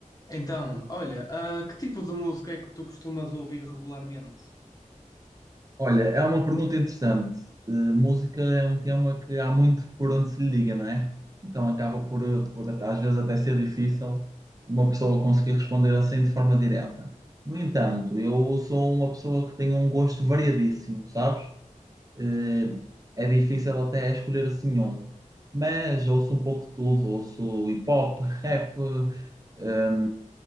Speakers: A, on the left (about 25°); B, on the right (about 25°).
A: Então, olha, ah, que tipo de música é que tu costumas ouvir regularmente?
B: Olha, é uma pergunta interessante. Eh, música é um tema que há muito por onde se lhe liga, não é? Então acaba por, eh, por às vezes até ser difícil uma pessoa conseguir responder assim de forma direta. No entanto, eu sou uma pessoa que tem um gosto variadíssimo, sabes? Eh, é difícil até escolher assim um. Mas ouço um pouco de tudo, ouço hip hop, rap, eh,